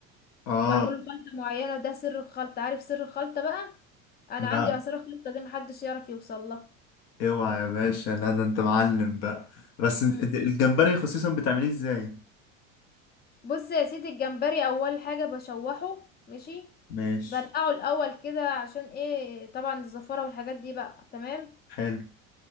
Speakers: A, on the left (about 60°); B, on the left (about 25°).
A: اه
B: وبعمله خلطه معينه ده سر الخلطه عارف سر الخلطه بقى انا
A: لا
B: عندي اسرار الخلطه دي محدش يعرف يوصل لها
A: اوعى يا باشا لا ده انت معلم بقى بس انت
B: امم
A: انت الجمبري خصيصا بتعمليه ازاي
B: بص يا سيدي الجمبري اول حاجه بشوحه ماشي
A: ماشي
B: بنقعه الاول كده عشان ايه طبعا الزفاره والحاجات دي بقى تمام
A: حلو